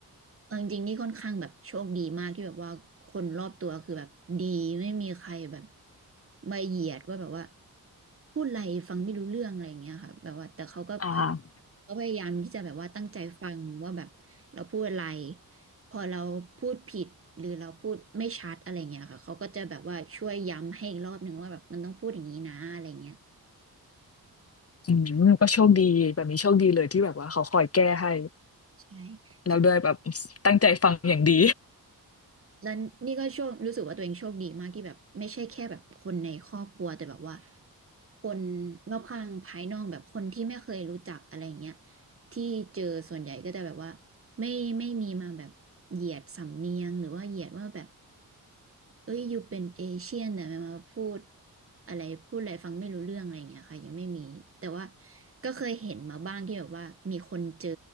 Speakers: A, on the right (about 35°); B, on the left (about 40°).
A: เอาจริงๆนี่ค่อนข้างแบบโชคดีมากที่แบบว่าคนรอบตัวคือแบบดีไม่มีใครแบบมาเหยียดว่าแบบว่าพูดอะไรฟังไม่รู้เรื่องอะไรอย่างเงี้ยค่ะแบบว่าแต่เขาก็พย
B: อ่า
A: เขาพยายามที่จะแบบว่าตั้งใจฟังว่าแบบเราพูดอะไรพอเราพูดผิดหรือเราพูดไม่ชัดอะไรเงี้ยค่ะเขาก็จะแบบว่าช่วยย้ำให้อีกรอบหนึ่งว่าแบบมันต้องพูดอย่างนี้นะอะไรเงี้ย
B: อืมก็โชคดีแบบนี้โชคดีเลยที่แบบว่าเขาคอยแก้ให้
A: ใช่
B: แล้วด้วยแบบตั้งใจฟังอย่างดี
A: แล้วนี่ก็โชครู้สึกว่าตัวเองโชคดีมากที่แบบไม่ใช่แค่แบบคนในครอบครัวแต่แบบว่าคนรอบข้างภายนอกแบบคนที่ไม่เคยรู้จักอะไรเงี้ยที่เจอส่วนใหญ่ก็จะแบบว่า ไม่ไม่มีมาแบบเหยียดสำเนียงหรือว่าเหยียดว่าแบบเอ้ยอยู่เป็นเอเชียนแต่มาพูดอะไรพูดอะไรฟังไม่รู้เรื่องอะไรอย่างเงี้ยค่ะยังไม่มีแต่ว่าก็เคยเห็นมาบ้างที่แบบว่ามีคนเจอ